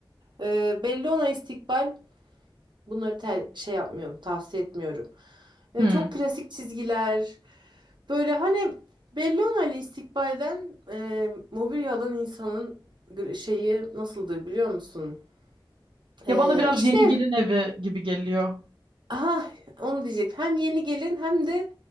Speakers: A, on the right; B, on the right.
A: E, Bellona İstikbal Bunları te- şey yapmıyorum, tavsiye etmiyorum. E,
B: hmm.
A: çok klasik çizgiler. Böyle hani Bellona ile İstikbal'den e, mobilya alan insanın gr- şeyi nasıldır biliyor musun? E,
B: Ya bana biraz
A: işlev.
B: yeni gelin evi gibi geliyor.
A: Aha onu diyecek. Hem yeni gelin hem de